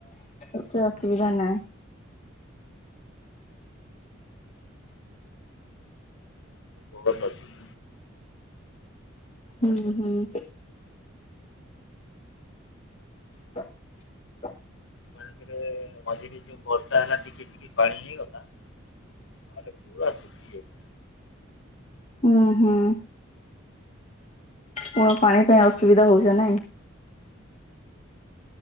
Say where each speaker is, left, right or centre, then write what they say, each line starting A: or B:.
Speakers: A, on the left; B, on the left.
A: ଏତେ ଅସୁବିଧା ନାହିଁ।
B: <inaudible>
A: ହୁଁ ହୁଁ। <unintelligible>
B: <inaudible> ମଝିରେ ଯୋଉ ବର୍ଷା ହେଲା ଟିକେ ଟିକେ ପାଣି ହେଇଗଲା। ନହେଲେ ପୁରା ସୁଖି ଯାଇଛି।
A: ହୁଁ ହୁଁ। କଣ ପାଣି ପାଇଁ ଅସୁବିଧା ହଉଛ ନାଇଁ?